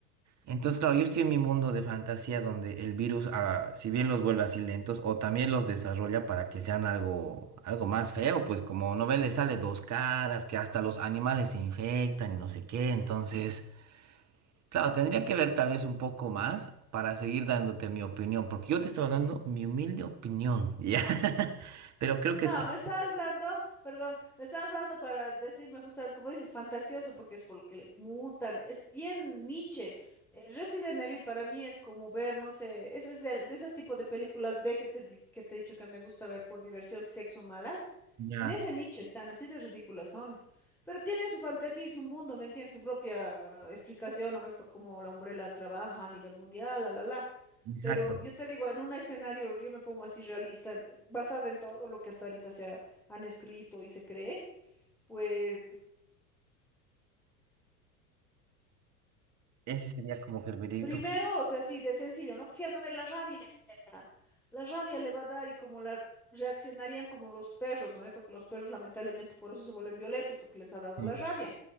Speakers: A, on the right; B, in the centre.
A: Entonces, claro, yo estoy en mi mundo de fantasía donde el virus, ah, si bien los vuelve así lentos, o también los desarrolla para que sean algo, algo más feo, pues como no ven, le sale dos caras, que hasta los animales se infectan y no sé qué. Entonces, claro, tendría que ver tal vez un poco más para seguir dándote mi opinión, porque yo te estaba dando mi humilde opinión, <laughs> ¿ya? Pero creo
B: No,
A: que sí,
B: me estás dando, perdón, me estás dando para decirme justamente, como dices, fantasioso, porque es por lo que le mutan. Es bien Nietzsche. Eh, Resident Evil para mí es como ver, no sé, es, es de, de esos tipos de películas B que te, di- que te he dicho que me gusta ver por diversión, sexo, malas.
A: ya,
B: En ese nicho están, así de ridículas son. Pero tienen su fantasía y su mundo, ¿me entiendes? Su propia explicación, ¿no ve? Por cómo la Umbrella trabaja a nivel mundial, la, la, la.
A: exacto.
B: Pero yo te digo, en un escenario, yo me pongo así realista, basada en todo lo que hasta ahorita se ha- han escrito y se cree, pues
A: Ese sería como que el veredicto.
B: Primero, o sea, así de sencillo, ¿no? Paseándome la rabia. La rabia le va a dar y como la reaccionarían como los perros, ¿no? Porque los perros lamentablemente por eso se vuelven violentos, porque les ha dado
A: Sí,
B: la rabia.